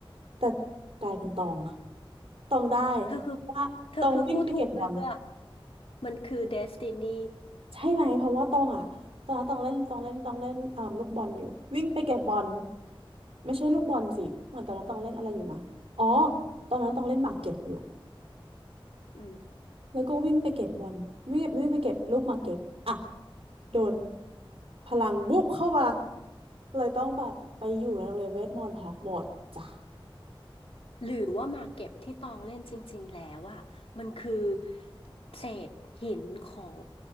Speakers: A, on the right; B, on the left.
A: แต่กลายเป็นตองตองได้
B: เธอคือ
A: เพราะว่าตองวิ่งไปเก็บบอล
B: เธอคือผู้ถูกเลือกมันคือเดสตินี
A: ใช่ไหมเพราะว่าตองอ่ะตอนนั้นตองเล่นตองเล่นตองเล่นเอ่มลูกบอลอยู่วิ่งไปเก็บบอลไม่ใช่ลูกบอลสิเหมือนตอนนั้นตองเล่นอะไรอยู่นะอ๋อตอนนั้นตองเล่นหมากเก็บอยู่
B: อืม
A: แล้วก็วิ่งไปเก็บบอลวิ่งวิ่งไปเก็บลูกหมากเก็บอ่ะโดนพลังวูบเข้ามาเลยต้องแบบไปอยู่ในโรงเรียนเวทมนต์ฮอกวอตส์จ้ะ
B: หรือว่าหมากเก็บที่ตองเล่นจริงๆแล้วอ่ะมันคือเศษหินของ